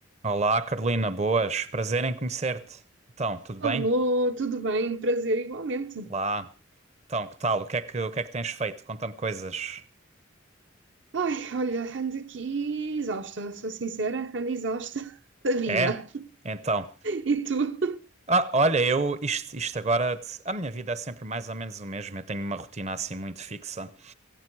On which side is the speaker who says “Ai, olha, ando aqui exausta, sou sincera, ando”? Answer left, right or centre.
Right